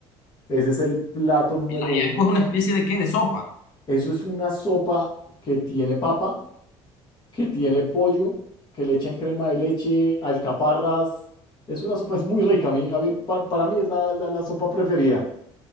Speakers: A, on the left (about 35°); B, on the left (about 80°).
A: Ese es el plato número
B: ¿Y la ajiaco
A: uno.
B: es una especie de qué? De sopa.
A: Eso es una sopa que tiene papa, que tiene pollo, que le echan crema de leche, alcaparras. Es una sopa, es muy rica. A mí, a mí- pa- para mí es la, la- la sopa preferida.